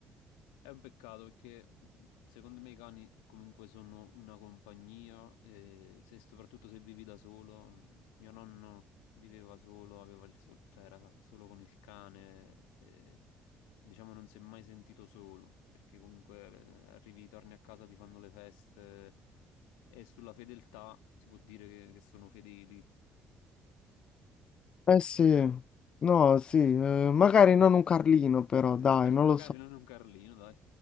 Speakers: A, on the left; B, on the left.
A: È un peccato perché mh, secondo me i cani comunque sono una compagnia e se- soprattutto se vivi da solo, mh, mio nonno viveva solo, aveva il sol- cioè era solo con il cane e diciamo non si è mai sentito solo perché comunque eh, arrivi, torni a casa, ti fanno le feste e sulla fedeltà si può dire che che sono fedeli.
B: Eh sì, no, sì, eh, magari non un Carlino però, dai,
A: <laughs> Eh,
B: non
A: Magari
B: lo so.
A: non è un Carlino, dai.